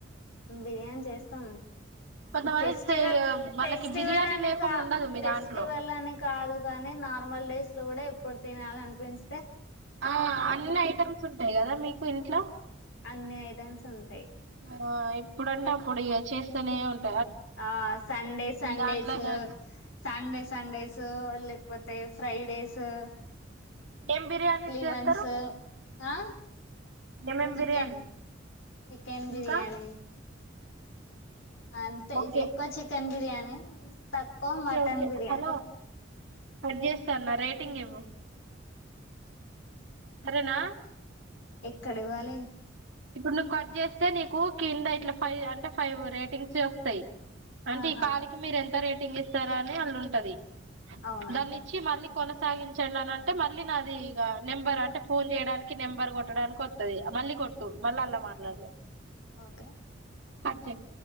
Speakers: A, on the left; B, on the right.
A: బిర్యానీ చేస్తాను.
B: కొంతమంది
A: ఫెస్టివల్,
B: సే ఇగ వాళ్ళకి
A: ఫెస్టివల్
B: బిర్యానీ
A: అని
B: లేకుండా
A: కా
B: ఉండదు మీ
A: ఫెస్టివల్
B: దాంట్లో
A: అని కాదు కాని నార్మల్ డేస్ లో కూడా ఎప్పుడు తినాలి అనిపించ
B: ఆ అన్ని ఐటమ్స్ ఉంటాయి కదా మీకు ఇంట్లో
A: అన్ని ఐటమ్స్ ఉంటాయి.
B: ఆ ఎప్పుడంటే అప్పుడు గ ల చేస్తేనే ఉంటా
A: ఆ సండే, సండేస్.
B: దాంట్లోనే
A: సండే, లసండేస్ పోతే ఫ్రైడేసు ఈ
B: ఏం బిర్యానీస్
A: వీక్లీ
B: చేస్తారు
A: వన్స్ ఆ
B: ఏమేం
A: చికెన్
B: బిర్యానీ
A: చికెన్ బిర్యానీ
B: ఇంకా
A: అంతే
B: ఓకే
A: ఎక్కువ చికెన్ బిర్యానీ తక్కువ
B: okay
A: mutton
B: okay
A: biryani
B: hello cut చేస్తాన్న రేటింగ్ ఇవ్వు సరేనా
A: ఎక్కడ ఇవ్వాలి
B: ఇప్పుడు నువ్వు కట్ చేస్తే నీకు కింద ఇట్లా ఫైవ్ అంటే ఫైవ్ రేటింగ్స్ వస్తాయి అంటే
A: ఆహా
B: ఈ కాల్ కి మీరు ఎంత రేటింగ్ ఇస్తారా అని అళ్ళు ఉంటది
A: అవునా
B: దాన్ని ఇచ్చి మళ్ళీ కొనసాగించండి అని అంటే మళ్ళీ నాది ఇగ నెంబర్ అంటే ఫోన్ చేయడానికి నెంబర్ కొట్టడానికి వత్తది మళ్ళీ కొ ట్టు మళ్ళ అలా మాట్లాడదు
A: ఓకే
B: కట్ చెయ్